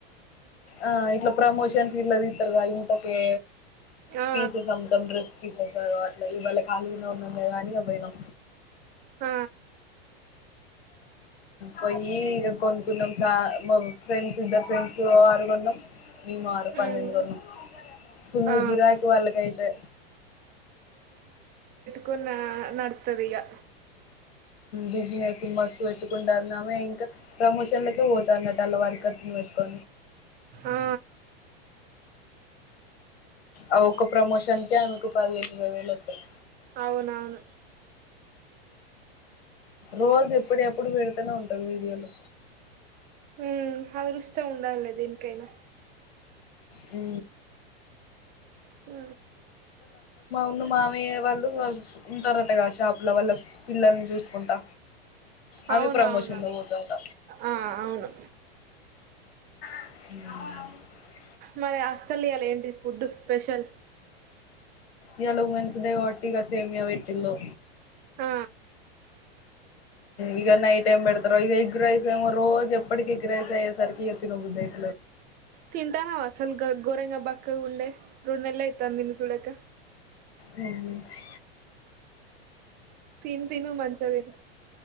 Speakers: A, on the left (about 85°); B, on the right (about 30°).
A: ఆ ఇట్లా ప్రమోషన్స్ ఇల్ళదు ఇతరుగా ఇంకకే
B: ఆ
A: పీసెస్ అంతాం డ్రెస్ీసె అట్లా ఇవాళ కాల్గ అగానిగా పోయినా
B: ఆ
A: పయి ఇ కొనుకుందం చా ఫ్రెండ్స్ ఇద్ద ఫ్రెండ్స్ గొండం మేము ఆారు పన్నెండు
B: ఉమ్
A: గండం సుళ్ళలు
B: ఆ
A: గిరాకు వాళ్ళకైతే
B: కొన్న నతుదియ
A: బిజినెస్ మస్సు పెట్టుకుంటడా ఆమె ఇంకా ప్రమోషన్లకే పోతు అన్నటలా వర్కర్స్ పెట్టు కొ
B: ఆ
A: ఆ ఒక్క ప్రమోషన్కిే ఆమెకు పది ఇరవై వేలు వస్తాయి
B: అవునవును
A: రోజు ఎప్పుడు ఎప్పుడు పెడితేనే ఉంటది వీడియోలు
B: ఉ అరు ఇష్ట ఉంట ాలే దీనికనా
A: ఈ
B: అ
A: అమాబా వాళ్ళు వస్ ఉంటారటగా షాపుల వాళ్ళ పిల్లల్ని చూసుకుంటా ఆమె
B: అవును
A: ప్రమోషన్
B: అవును
A: లో పోతదట
B: ఆ అవును
A: అ
B: మరి అస్సల్యలు ఏంటి ఫుడ్ స్పెషల్
A: ఇవాలా ఉమెన్స్ డే వాటి సేమయా పెటిల్లు
B: ఆ
A: ఇక నైట్ ఎమ్ పెడతారారో ఈక ఎగ్రైస్ రోజు ఎప్పటికి ఎగ్రైస్ సరికి తిన్నబుద్ధియితలే
B: తింటానావ అసల్కే గోరంగ బక్కగా ఉండే రెండు నెల్లు అయితంది నిన్ను సూడక
A: మ్మ్ హ్మ్
B: తిన్ తిను మంచిగా తిను